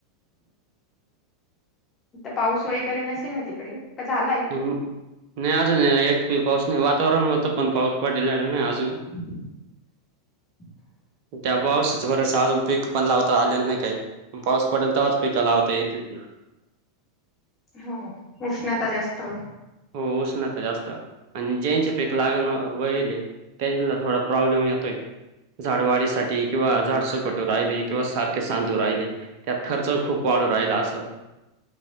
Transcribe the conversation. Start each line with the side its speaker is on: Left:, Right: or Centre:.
Left: तर पाऊस वगैरे नसेल ना तिकडे का झालाय?
Right: नाही अजून एक पाऊस नाही वातावरण हो तर पण पाऊस पडललेला नाही अजून
Left: <unintelligible>
Right: त्या पावसाचं बरस पीक पण लावता आलेला नाहीये अजून काही पाऊस पडेल तेव्हाच पिक लावता येतील ते.
Left: हो हो उष्णता जास्त
Right: हो उष्णता जास्त आणि ज्यांचे पीक लावेल होईल आहे त्यांना थोडा प्रॉब्लेम येतो आहे. झाडवाडीसाठी किंवा झाड सुकू राहिले किंवा सारखे शांतू राहिले. त्यात खर्च खूप वाढू राहिला असं